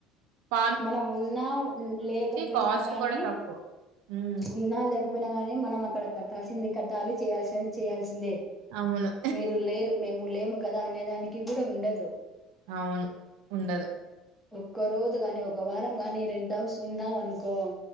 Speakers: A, on the right; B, in the centre.
A: ఫ
B: మనం ఉన్నా ఉమ్ లేకపోయినా
A: కాస్ట్
B: కానీ,
A: కూడా తక్కువ ఉమ్
B: ఉన్నా లేకపోయినా కానీ మనం అక్కడ కట్టాల్సిందె. కట్టాలి చేయాల్సినవి చేయాల్సిందే.
A: అవును
B: మీరు లేరు మేము లేము కదా అనే దానికి కూడా ఉండదు.
A: అవును ఉండదు.
B: క్క రోజు గాని ఒక్ ఒక వారం గాని రెంట్ హౌస్ ఉన్నావనుకో,